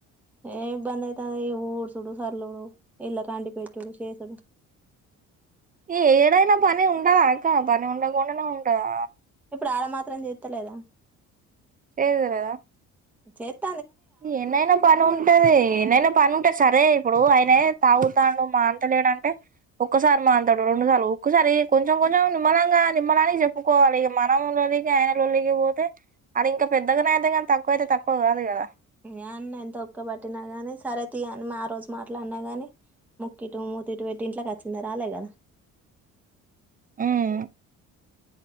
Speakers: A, in the centre; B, on the right (about 30°).
A: ఏమిబ్బందయితాంది ఊడ్సుడూ సల్లుడు ఈళ్లకందిపెట్టుడు సేసుడు
B: ఏ ఏడైనా పని ఉండదా అక్క పని ఉండక దొండనే ఉండదా
A: ఇప్పుడు ఆడ మాత్రం చేత్తలేదా
B: <unintelligible>
A: చేత్
B: ఎన్నైనా పని ఉంటది ఎన్నైనా పని ఉంటది సరే ఇప్పుడు ఆయనే తాగుతాండు మాన్తలేడు అంటె ఒక్కసారి మాంతడు రెండుసార్లు ఒక్కసారి కొంచెం కొంచెం నిమ్మలంగా నిమ్మలానికి చెప్పుకోవాలిగ మనం లొల్లికి ఆయన లొల్లికి పోతే అది ఇంక పెద్దగనే అయ్యిది గాని తక్కువ అయితే తక్కువ కాదు గద
A: ఇగ ఆ అన్న ఎంత ఓపిక పట్టిన గానీ సరే తీ అని ఆ రోజు మాట్లాన్న గాని ముక్కిటు మూతిటు పెట్టి ఇంట్లేకచ్చింద రాలే గద
B: ఉమ్